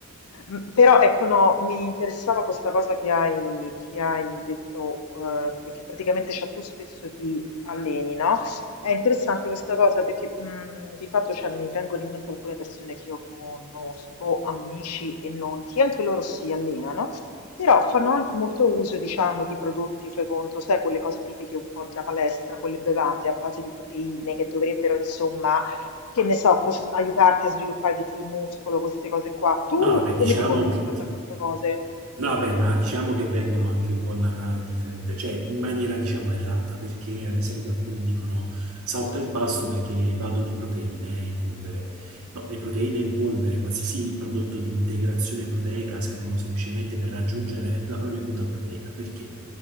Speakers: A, on the left (about 85°); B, on the right (about 85°).
A: M- Però ecco, no, mi interessava questa cosa che hai, che hai detto, eh, e che praticamente cioè, tu spesso ti alleni, no? È interessante questa cosa perché mh, di fatto cioè, mi vengono in mente alcune persone che io conosco, amici e non, che anche loro si allenano, però fanno anche molto uso, diciamo, di prodotti, fai conto, sai, quelle cose tipiche un po' da palestra, quelle bevande a base di proteine che dovrebbero, insomma che ne so, cos- aiutarti a sviluppare di più il muscolo, queste cose qua. Tu
B: no, vabbè,
A: come
B: diciamo
A: ti poni rispetto
B: che, di-
A: a queste cose?
B: No, vabbè, ma diciamo che vengono anche un po' narrate differenti, cioè in maniera diciamo errata, perché ad esempio alcuni dicono salto il pasto perché vado di proteine in polvere, No, le proteine in polvere, qualsiasi prodotto di integrazione proteica servono semplicemente per raggiungere la propria quota proteica, perché